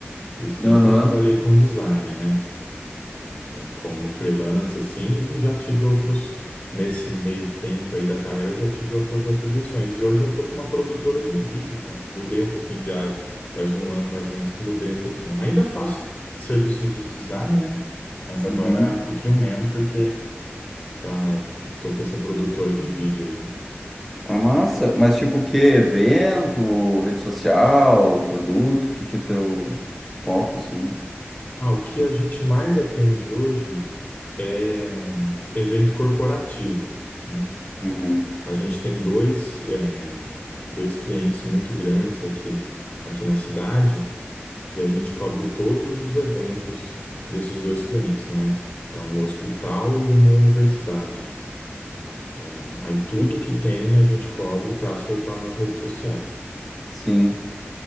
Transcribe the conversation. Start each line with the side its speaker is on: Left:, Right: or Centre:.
Left: e sempre
Centre: Aham.
Left: trabalhei com design, né? como freelancer, assim, e já tive outros, nesse meio tempo aí da carreira, já tive outras atribuições. E hoje eu tô com uma produtora de vídeo, cara. Mudei um pouquinho de área, faz um ano mais ou menos que mudei um pouquinho. Ainda faço serviços de design, né? Mas agora
Centre: Uhum.
Left: é um pouquinho menos, porque tá, tô com essa produtora de vídeo aí.
Centre: A massa, mas tipo o que? Evento, rede social, produto, o que que é teu foco, assim?
Left: Ah, o que a gente mais atende hoje é evento corporativo. né?
Centre: Uhum.
Left: A gente tem dois, é, dois clientes muito grandes aqui, aqui na cidade e a gente cobre todos os eventos desses dois clientes, né? É um hospital e uma universidade. É, aí tudo que tem a gente cobre para soltar nas redes sociais.
Centre: Sim.